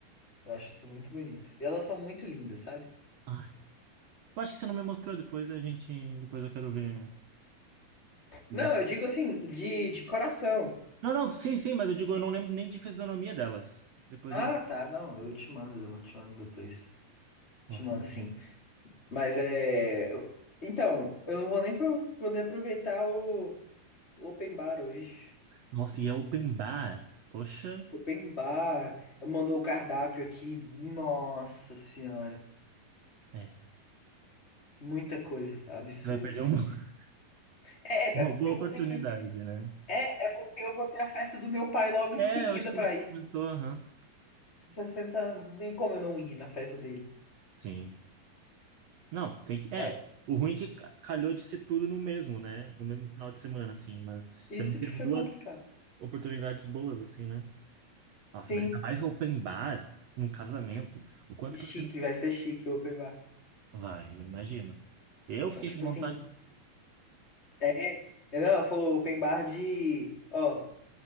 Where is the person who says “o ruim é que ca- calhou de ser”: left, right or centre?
Right